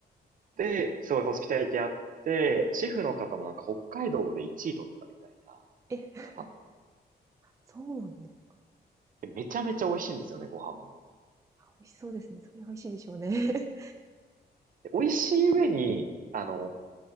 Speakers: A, on the right; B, on the right.
A: で、すごいホスピタリティあって、シェフの方もなんか北海道で1位取ったみたいな
B: え、
A: 方
B: そうなんですか。
A: で。めちゃめちゃ美味しいんですよね、ご飯も。うん
B: 美味しそうですね。それ美味しいでしょうね。
A: で美味しい上に、あの、